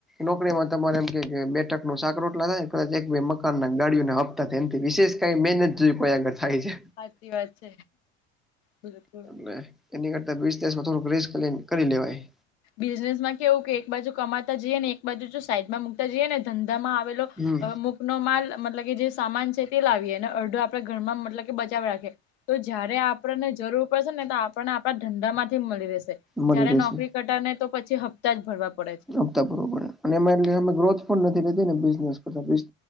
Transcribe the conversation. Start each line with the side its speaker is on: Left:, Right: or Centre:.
Centre: નોકરીમાં તમારે એમ કે બે ટંકનું સાક રોટલા થાય કદાચ એક બે મકાનના ગાડીઓને હપ્તા થાય એમથી વિશેષ કઈ મહેનત કોઈ આગ થાય છે.
Left: હાચી વાત છે. <unintelligible>
Centre: ને એની કરતા વીસ દિવસમાં થોડુંક રેસ કરી કરી લેવાય.
Left: બિઝનેસ માં કેવું કે એક બાજુ કમાતા જઈએ ને એક બાજુ જો સાઈડમાં મુકતા જઈએ ને ધંધામાં આવેલો
Centre: હમ
Left: અમુખ નો માલ મતલબ કે જે સામાન છે તે લાવીએ અને અડધો આપણે ઘરમાં મતલ કે બચાવ રાખીએ. તો જયારે આપણને જરૂર પડશે ને તો આપણને આપણા ધંધા માંથી મળી રહેશે.
Centre: મળી
Left: જયારે
Centre: રહેશે
Left: નોકરી કટા ને તો પછી હપ્તા જ ભરવા પડે. છે.
Centre: આવતા બવું પડે અને એમાં એટલે મે ગ્રોથ નથી લેતીને બિને કરતા બિનેસ